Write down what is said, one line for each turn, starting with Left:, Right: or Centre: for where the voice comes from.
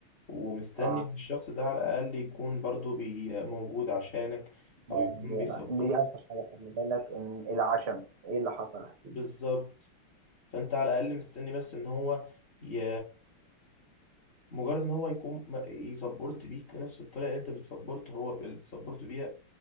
Left: ومستني
Right: اه
Left: ان الشخص ده على الاقل يكون برضو بي موجود عشانك
Right: يعني
Left: او يكون بيسبورت
Right: دي اوحش
Left: ليك
Right: حاجه خلي بالك ان العشم ايه اللي حصل احكي
Left: بالظبط
Right: لي.
Left: فانت على الاقل مستني بس ان هو ي... مجرد ان هو يكون م- يسبورت بيك بنفس الطريقه اللي انت بتسبورت هو اللي بتسبورت بيها